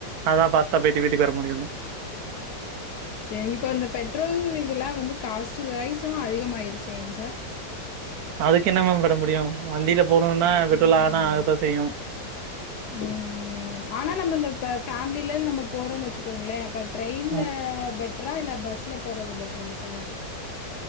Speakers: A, on the right; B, on the left.
A: அதான் பாஸ்டா பெய்ட்டு வீட்டுக்கு வர முடியும்
B: செரி இப்ப இந்த பெட்ரோல் இதெல்லா வந்து காஸ்ட்டு வரைசும் அதிகமாயிருச்சுங்க சார்
A: அதுக்கு என்ன மேம் பட முடியும் வண்டில போணுன்னா பெட்ரோல்
B: ம்
A: ஆனா ஆகத்தா செய்யு
B: ம் ஆனா நம்ம இந்த இப்ப ஃபேமில நம்ம போறோன்னு வச்சுக்கோங்களே அப்போ ட்ரெயின்ல
A: ம்
B: பெட் டரா இல்ல பஸ்ல போறது பெட்ரா சார்